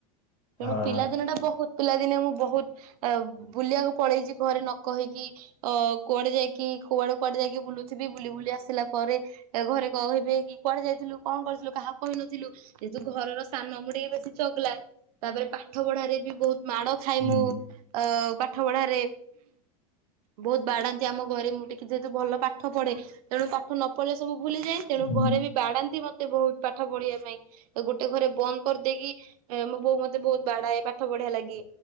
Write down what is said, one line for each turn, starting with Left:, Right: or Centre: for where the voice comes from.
Left: ହଁ
Right: ତେଣୁ ପିଲାଦିନ ଟା ବହୁତ ପିଲାଦିନେ ମୁଁ ବହୁତ ଅ ବୁଲିବାକୁ ପଳେଇଛି ଘରେ ନ କହିକି ଅ କୁଆଡେ ଯାଇକି କୁଆଡେ କୁଆଡେ ଯାଇକି ବୁଲୁ <inaudible> ବି ବୁଲି ବୁଲି ଆସିଲା ପରେ ଘରେ କହିବେ କି କୁଆଡେ ଯାଇଥିଲୁ କଣ କରିଥିଲୁ କାହା କହିନଥିଲୁ ଯେହେତୁ ଘରର ସାନ ମୁଁ ଟିକେ ବେଶୀ ଚଗଲା ତାପରେ ପାଠ ପଢାରେ ବି ବହୁତ ମାଡ ଖା
Left: ହୁଁ।
Right: ମୁଁ ଅ ପା ପାଠପଢାରେ ବହୁତ ବାଡାନ୍ତି ଆମ ଘରେ ମୁଁ ଟିକେ ଯେହେତୁ ଭଲ ପା ପାଠ ପଢେ ତେଣୁ ପାଠ ନ ପଢିଲେ ସବୁ ଭୁଲିଯାଏ ତେଣୁ
Left: ହୁଁ,
Right: ଘରେ ବି ବାଡ଼ାନ୍ତି ମତେ ସେ ବହୁତ ପାଠ ପଢ଼ିବା ପାଇଁ ଗୋଟେ ଘରେ ବନ୍ଦ କରିଦେଇକି ଏ ମୋ ବୋଉ ମତେ ବହୁତ ବାଡ଼ାଏ ପାଠ ପଢ଼ିବା ଲାଗି